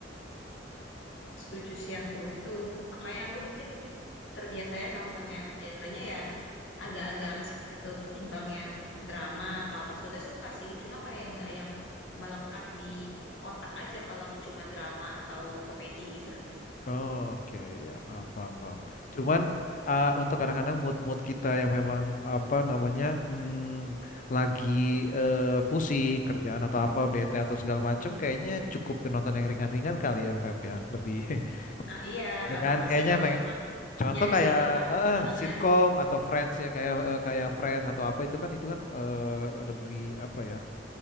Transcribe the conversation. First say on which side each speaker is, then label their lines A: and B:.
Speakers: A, on the left; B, on the left.
A: Setuju sih aku. Itu makanya aku mungkin terbiasanya nonton yang genrenya ya agak-agak ke situ gitu ketimbang yang drama atau apa sebetulnya suka sih cuma kayak nggak yang melekat di otak aja kalau cuma drama atau komedi gitu
B: Oke, ya paham paham paham. Cuman uh, untuk kadang-kadang mood-mood kita yang memang apa namanya hmm, lagi eh, pusing kerjaan atau apa bete atau segala macem, kayaknya cukup ke nonton yang ringan-ringan kali ya, Feb ya, lebih
A: ah iya
B: <laughs>
A: nggak
B: ya kan?
A: apa-apa
B: Kayaknya
A: sih kalau
B: pengen
A: emang
B: contoh
A: nyari
B: kayak
A: situ apa
B: eh,
A: suasana
B: eh, sitkom
A: baru mm
B: atau Friends ya, kayak eh, kayak Friends atau apa itu kan itu kan eh, lebih apa ya?